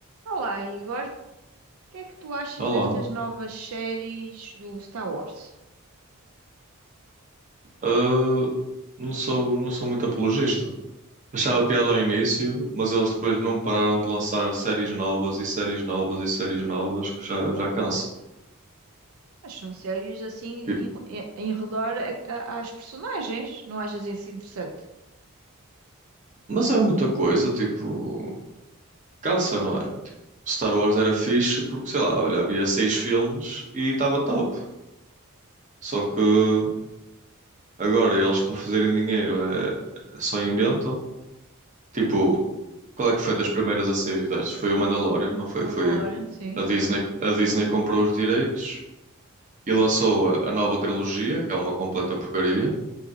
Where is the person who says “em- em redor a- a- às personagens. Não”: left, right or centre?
Right